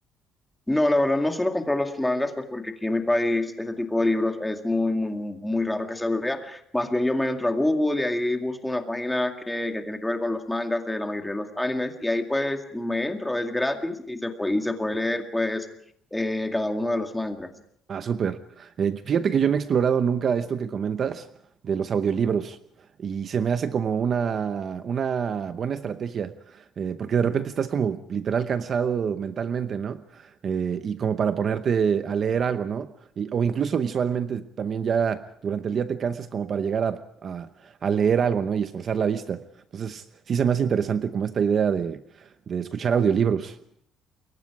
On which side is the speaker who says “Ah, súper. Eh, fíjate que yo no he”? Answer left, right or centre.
Right